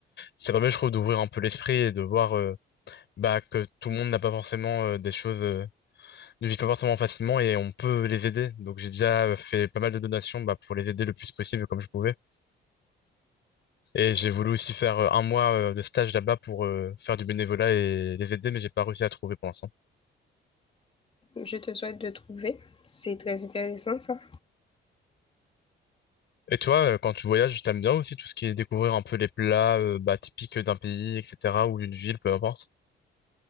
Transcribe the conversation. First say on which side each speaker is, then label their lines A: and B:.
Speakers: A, on the left (about 65°); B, on the left (about 30°).
A: c'est vraiment, je trouve, d'ouvrir un peu l'esprit et de voir, euh, bah, que tout le monde n'a pas forcément euh, des choses, euh, ne vit pas forcément facilement et on peut les aider. Donc, j'ai déjà euh, fait pas mal de donations, bah, pour les aider le plus possible comme je pouvais. Et j'ai voulu aussi faire euh, un mois euh, de stage là-bas pour euh, faire du bénévolat et les aider, mais j'ai pas réussi à trouver pour l'instant.
B: Je te souhaite de trouver. C'est très intéressant ça.
A: Et toi, euh, quand tu voyages, t'aimes bien aussi tout ce qui est découvrir un peu les plats euh, bah, typiques d'un pays, etc., ou d'une ville, peu importe.